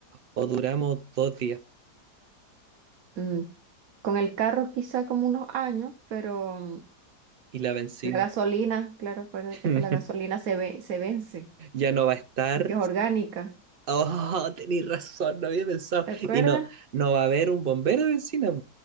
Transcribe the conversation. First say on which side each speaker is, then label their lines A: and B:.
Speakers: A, on the right; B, on the right.
A: o duramos dos días
B: Mm, Con el carro quizá como unos años, pero mm,
A: y la benzina.
B: la gasolina, claro, acuérdate
A: <laughs>
B: que la gasolina se ve, se vence
A: Ya no va a estar.
B: porque es orgánica.
A: Oh, tenéis razón, no había pensado.
B: ¿Te acuerdas?
A: Y no, no va a haber un bombero de benzina.